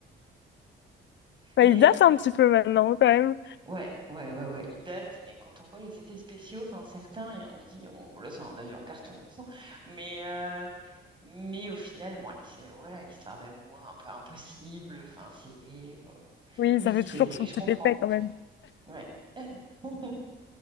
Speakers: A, on the left; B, on the right.
A: Bah,
B: Mais
A: il date un petit peu maintenant, quand même.
B: Ouais, ouais, ouais, ouais. Il date, et quand on voit les effets spéciaux, enfin certains, et on se dit, on, bon, là, c'est un avion en carton. <laughs> Mais, euh, mais au final, bon, les- c'est- voilà, l'histoire d'amour un peu impossible. Enfin, c'est. bon,
A: Oui,
B: Oui,
A: ça
B: c'est
A: fait toujours
B: vrai,
A: son
B: je
A: petit
B: comprends.
A: effet, quand même.
B: Ouais. <laughs>